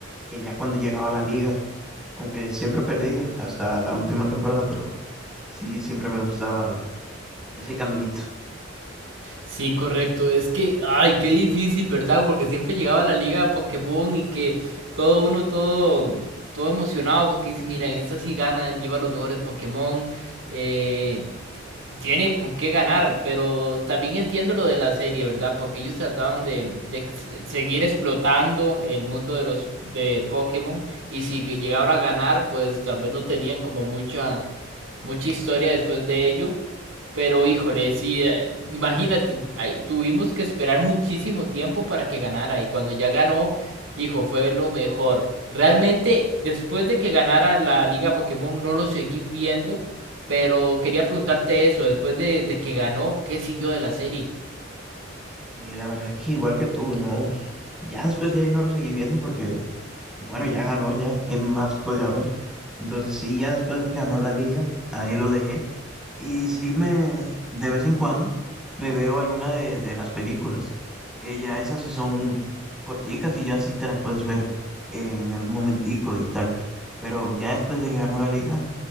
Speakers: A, in the centre; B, on the right (about 80°).
A: que ya cuando llegaba a la liga, aunque siempre perdía hasta la última temporada, pero... Sí, siempre me gustaba ese caminito.
B: Sí, correcto. Es que, ay, qué difícil, ¿verdad? Porque siempre llegaba la liga de Pokémon y que todo uno, todo, todo emocionado porque dice, mira, en esta sí gana, lleva los mejores Pokémon, eh, tiene con qué ganar, pero también entiendo lo de la serie, ¿verdad? Porque ellos trataban de, de que se- seguir explotando el mundo de los de Pokémon y si que llegara a ganar, pues tal vez no tenían como mucha, mucha historia después de ello pero híjole, sí, eh, imagínate, ay, tuvimos que esperar muchísimo tiempo para que ganara y cuando ya ganó, hijo, fue lo mejor. Realmente, después de que ganara la Liga Pokémon, no lo seguí viendo, pero quería preguntarte eso, después de, de que ganó, ¿qué siguió de la serie?
A: Y la verdad es que igual que tú, ¿no? Ya después de ahí no lo seguí viendo porque, bueno, ya ganó, ya, ¿qué más puede haber? Entonces sí, ya después de que ganó la liga, ahí lo dejé. Y sí me, de vez en cuando, me veo alguna de, de las películas, que ya esas sí son corticas y ya sí te las puedes ver en algún momentico y tal. Pero ya después de que ganó la liga,